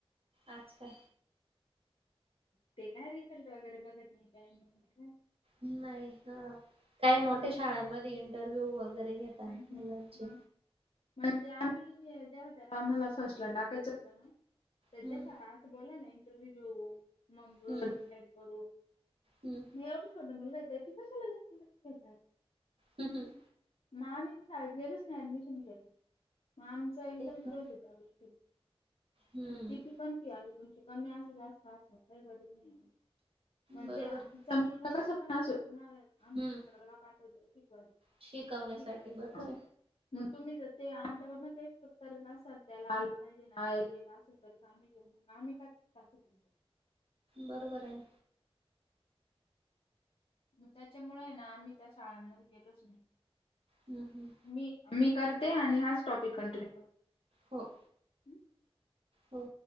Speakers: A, on the right; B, on the left.
A: अच्छा.
B: ते काय रिझल्ट वगैरे बघत नाही काय नाही काय.
A: नाही हा काही मोठ्या शाळांमध्ये इंटरव्ह्यू वगैरे घेता
B: हम्म,
A: मुलांचे.
B: मग म्हणजे आम्ही जेव्हा त्याला आम्हाला फर्स्टला टाकायचं होतं ना तर
A: हम्म
B: ज्या शाळा असं बोला ना इंटरव्ह्यू घेऊ मग
A: हम्म
B: डिसाइड करू
A: हम्म.
B: मी एवढे छोट मुलगा त्याची कशाला इंटरव्यू घेतात.
A: हम्म हं.
B: म आम्ही त्या शाळेत गेलच नाही ऍडमिशन घ्यायला मग आमचा एकदम
A: तेच ना
B: फित हो त्या गोष्टी
A: हम्म
B: मग किती कती आली तुमची कमी अस जास्त असण का गरज नाही म्हणजे
A: बरोबर आहे
B: चा मुलगा कसा पण असत तुम्हाला आम्ही
A: हम्म
B: तुमच्याकडे काय पाठवतो शिकवायला
A: शिकवण्यासाठी
B: शिकवायला.
A: बरोबर
B: मग तुम्ही जर ते आमच्याकडन ते करत असाल त्याला आलं पाहिजे ना असेल तर आम्ही का टाकु तुमच्या
A: बरोबर आहे.
B: मग त्याच्यामुळे ना आम्ही त्या शाळांमध्ये गेलोच नाही.
A: हम्म, हम्म.
B: मी मी करते आणि हाच टॉपिक कंटिन्यू
A: हो.
B: करू.
A: हो.